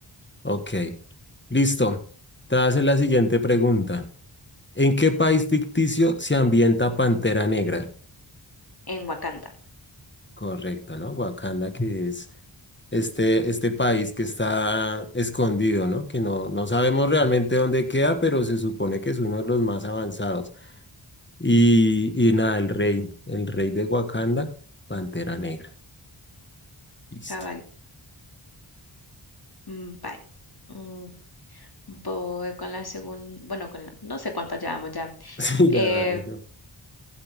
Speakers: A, on the left; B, on the left.
A: Ok. Listo. Te haces la siguiente pregunta. ¿En qué país ficticio se ambienta Pantera Negra?
B: en Wakanda.
A: Correcto, ¿no? Wakanda, que es este, este país que está escondido, ¿no? Que no, no sabemos realmente dónde queda, pero se supone que es uno de los más avanzados. Y, y nada, el rey, el rey de Wakanda, Pantera Negra. Listo.
B: Cabal.
A: <laughs>
B: Mm, Bye. Mm, Voy con la segunda, bueno, con la- no sé cuántas llevamos ya.
A: Sí,
B: Eh,
A: ya dale, ¿no?